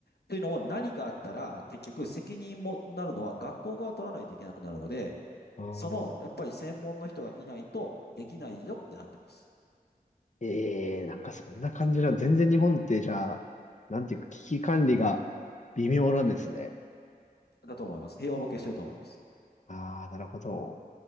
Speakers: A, on the left; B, on the left.
A: というのも何かあったら結局責任もなるのは学校側取らないといけなくなるので、
B: ああー、
A: そのやっぱり専門の人がいないとできないよってなってます。
B: なるほど。ええなんかそんな感じな、全然日本ってじゃあ、なんていうか危機管理が微妙なんですね。
A: だと思います。平和ボケしてると思います。
B: ああ、なるほど。